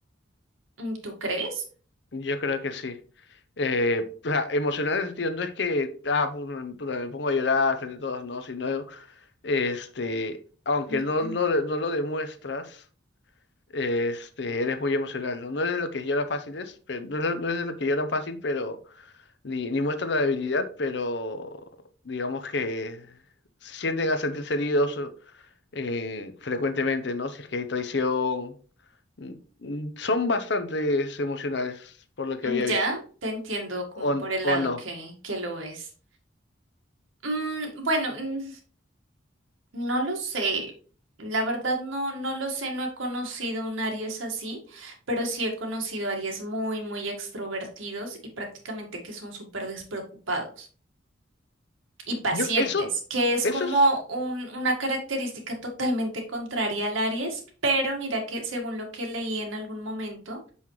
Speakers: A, on the right (about 85°); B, on the left (about 60°).
A: Mm, ¿Tú crees?
B: yo creo que sí. Eh, o sea, emocional en el sentido, no es que, ah, puta, me puta, me pongo a llorar frente a todos, no, sino este, aunque
A: Mm,
B: no, no, no lo demuestras, este, eres muy emocional, ¿no? No eres de lo que llora fácil, es, pero, no, eres no eres de lo que lloran fácil, pero ni, ni muestran la debilidad, pero digamos que sienten a sentirse heridos eh, frecuentemente, ¿no? Si es que hay traición. Mm, mm, Son bastantes emocionales, por lo que
A: mm.
B: había
A: Ya
B: visto.
A: te entiendo como
B: O,
A: por el
B: o
A: lado
B: no.
A: que, que lo es. Mm, bueno, mm, no lo sé. La verdad no, no lo sé, no he conocido un Aries así, pero sí he conocido Aries muy, muy extrovertidos y prácticamente que son súper despreocupados. y pacientes,
B: Yo, eso,
A: que es
B: eso
A: como
B: es.
A: un- una característica totalmente contraria al Aries, pero mira que según lo que leí en algún momento,